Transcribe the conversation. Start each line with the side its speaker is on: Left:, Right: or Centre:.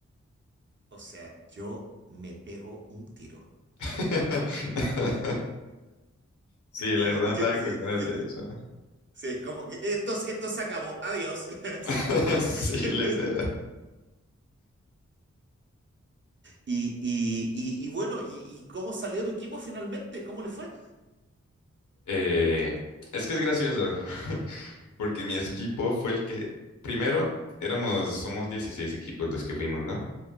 Right: O sea, yo me pego un tiro.
Left: <laughs> Sí,
Right: <laughs>
Left: la verdad andaba
Right: Yo- sí,
Left: con ganas
Right: sí,
Left: de eso.
Right: sí, como que esto, esto se acabó, adiós. <laughs> Así
Left: <laughs>
Right: como-
Left: Sí,
Right: <laughs>
Left: literal.
Right: Y, y, y, y bueno, y, y cómo salió tu equipo finalmente? ¿Cómo le fue?
Left: Eh, es que es gracioso, <laughs> porque mi equipo fue el que, primero, éramos, somos 16 equipos los que fuimos, ¿no?